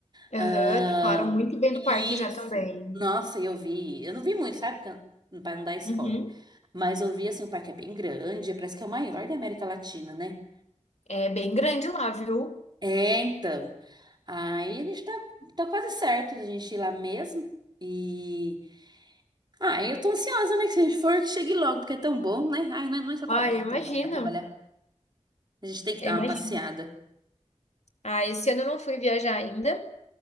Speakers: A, on the left (about 70°); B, on the right (about 35°).
A: Aham,
B: Ah,
A: que falaram
B: Ahn,
A: muito bem
B: isso.
A: do parque já também.
B: Nossa, eu vi. Eu não vi muito, sabe? Para não dar spoiler.
A: Uhum.
B: Mas eu vi, assim, o parque é bem grande, é, parece que é o maior da América Latina, né?
A: É bem grande lá, viu?
B: É, então. Aí a gente tá, tá quase certo de a gente ir lá mesmo. E. Ah, eu tô ansiosa, né? Que se a gente for, que chegue logo, porque é tão bom, né? Ai, não é, não é só trabalhar,
A: Ah, eu imagino.
B: trabalhar, trabalhar. A gente tem que
A: Eu
B: dar
A: imagino.
B: uma passeada.
A: Ah, esse ano eu não fui viajar ainda,